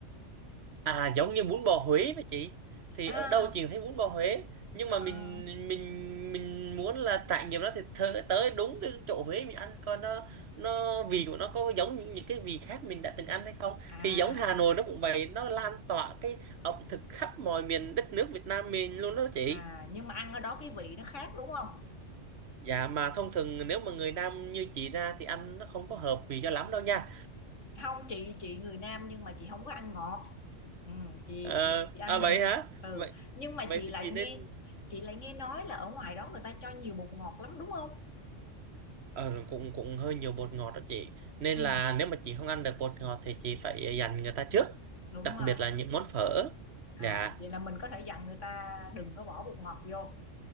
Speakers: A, on the right; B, on the left.
A: À giống như bún bò Huế vậy chị Thì
B: à
A: ở đâu chị cũng thấy bún bò Huế Nhưng mà mình
B: ờ,
A: mình mình muốn là trải nghiệm nó thì thơ- tới đúng cái chỗ Huế mình ăn coi nó nó vị của nó có giống những, những cái vị khác mình đã từng ăn hay không
B: à
A: thì giống Hà Nội nó cũng vậy nó lan tỏa cái ẩm thực khắp mọi miền đất nước Việt Nam mình luôn đó chị
B: à nhưng mà ăn ở đó cái vị nó khác đúng không
A: Dạ mà thông thường nếu mà người Nam như chị ra thì ăn nó không có hợp vị cho lắm đâu nha
B: không chị chị người Nam nhưng mà chị không có ăn ngọt ừ, chị
A: Ờ,
B: chị chị ăn
A: à vậy
B: bình
A: hả
B: th- ừ
A: vậy
B: nhưng mà
A: vậy
B: chị
A: thì
B: lại
A: chị nên
B: nghe chị lại nghe nói là ở ngoài đó người ta cho nhiều bột ngọt lắm đúng không
A: Ờ, cũng cũng hơi nhiều bột ngọt đó chị nên
B: ừ,
A: là nếu mà chị không ăn được bột ngọt thì chị phải dành người ta trước
B: đúng
A: đặc
B: rồi
A: biệt là những món phở
B: à
A: dạ
B: vậy là mình có thể dặn người ta đừng có bỏ bột ngọt vô